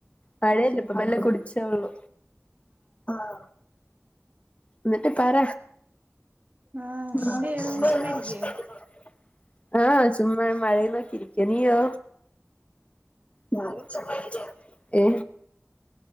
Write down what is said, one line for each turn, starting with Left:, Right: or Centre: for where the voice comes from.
Left: മഴല്ല
Right: അതെ
Left: ഇപ്പൊ
Right: അതെ
Left: മെല്ലെ കുടിച്ചോളു ആഹ് എന്നിട്ട് പറ
Right: ആഹ്
Left: <unintelligible>
Right: എന്ത് ചെയ്യണു ചുമ്മാ ഇരിക്കേ
Left: ആഹ് ചുമ്മാ ഞാൻ മഴയും നോക്കി ഇരിക്ക നീയോ ഞാനും ചുമ്മാ ഇരിക്കാ. ഏ